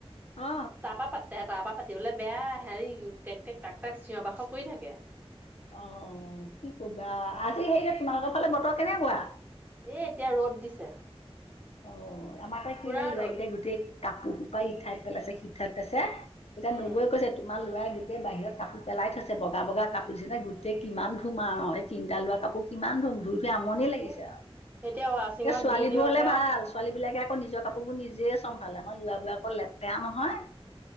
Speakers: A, on the left; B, on the right.
A: অ
B: তাপা পাত- তে তাপা পাতিবলে বেয়া হেৰি টেক টেক টাক টাক চিঞৰ বাখৰ কৰি থাকে।
A: অঁ অঁ কি কবা আজি হেৰি যে তোমালোকৰ ফালে বতৰ কেনেকুৱা?
B: এই এতিয়া ৰ'দ দিছে।
A: অ' আমাৰ একেবাৰে
B: পুৰা
A: লৰাকেইটাই
B: ৰ'দ
A: গোটেই কাপোৰ সোপায় ইঠাইত পেলাইছে সিঠাইত পেলাইছে। এতিয়া
B: উম
A: নবৌৱে কৈছে তোমাৰ লৰাই গো- গোটেই বাহিৰত কাপোৰ পেলাই থৈছে বগা টোৱেই বাহিৰত কাপোৰ পেলাই থৈছে বগা বগা কাপোৰ ছেনে গোটেই কিমান ধুম আৰু এই তিনিটা লৱা কাপোৰ কিমান ধুম। ধুই- ধুই আমনি
B: তাকেহে।
A: লাগিছে আও।
B: এতিয়া ৱাচিঙত
A: এ ছোৱালীবো
B: দি দিয়ক
A: হলে- আৰু ছোৱালী বিলাকে আকৌ নিজ কাপোৰবোৰ নিজে চম- ভালে আমাৰ লৰাবোৰ আক লেতেৰা নহয়